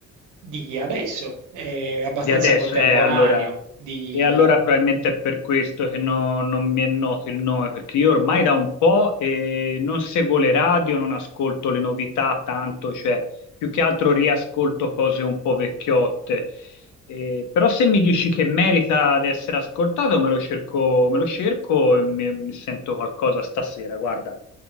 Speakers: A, on the right (about 80°); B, on the left (about 75°).
A: di adesso, è abbastanza
B: Di adesso,
A: contemporaneo,
B: eh, allora,
A: di
B: e allora probabilmente è per questo che no- non mi è noto il nome, perché io ormai da un po' eh, non seguo le radio, non ascolto le novità tanto, cioè più che altro riascolto cose un po' vecchiotte. Eh, però se mi dici che merita di essere ascoltato, me lo cerco, me lo cerco e mi, mi sento qualcosa stasera, guarda,